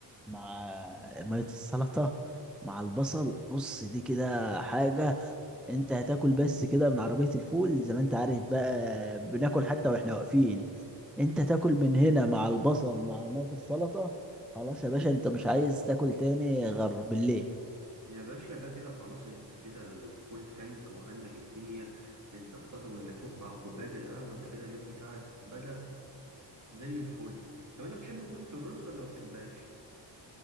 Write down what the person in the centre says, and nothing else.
مع مية السلطة مع البصل بص دي كده حاجة انت هتاكل بس كده من عربية الفول زي ما انت عارف بقى بناكل حتى واحنا واقفين انت تاكل من هنا مع البصل مع مية السلطة خلاص يا باشا انت مش عايز تاكل تاني غير بالليل